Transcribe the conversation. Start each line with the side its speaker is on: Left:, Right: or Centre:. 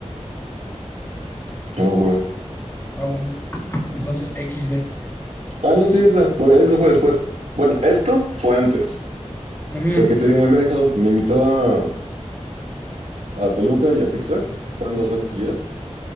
Right: No, bro.
Left: Ah, bueno. Entonces, XD.
Right: Ah, no, sí, esa. Por eso fue después. Bueno, esto fue antes.
Left: Ujú.
Right: Porque te digo, me había dejado, me invitó a, a Toluca y a Six Flags. Fueron dos veces seguidas.